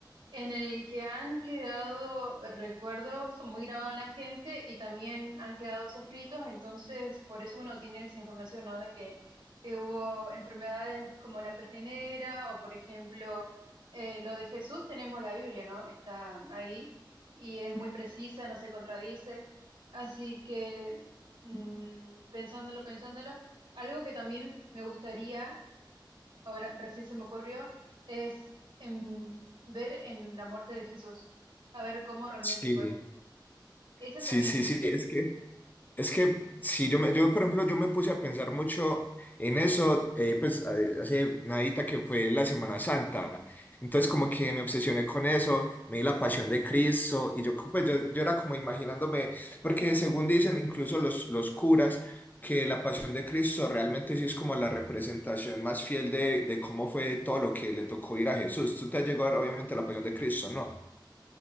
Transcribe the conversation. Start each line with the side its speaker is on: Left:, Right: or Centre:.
Right: en el que han quedado recuerdos muy grabados en la gente y también han quedado escritos, entonces por eso uno tiene esa información, ¿no? De que, que hubo enfermedades como la peste negra o, por ejemplo, eh, lo de Jesús, tenemos la Biblia, ¿no? Está ahí y es muy precisa, no se contradice. Así que, mm, pensándolo, pensándolo, algo que también me gustaría ahora recién se me ocurrió, es em, ver en la muerte de Jesús, a ver cómo realmente
Left: Sí.
Right: fue. Esa
Left: Sí,
Right: también
Left: sí,
Right: es mi
Left: sí,
Right: teoría.
Left: es que Es que si yo, me, yo, por ejemplo, yo me puse a pensar mucho en eso, eh, pues eh, hace nadita que fue la Semana Santa. Entonces como que me obsesioné con eso, me di la pasión de Cristo y yo, pues, yo, yo era como imaginándome, porque según dicen incluso los, los curas, que la pasión de Cristo realmente sí es como la representación más fiel de, de cómo fue todo lo que le tocó ir a Jesús. Tú te has llegado a ver, obviamente la pasión de Cristo, ¿no?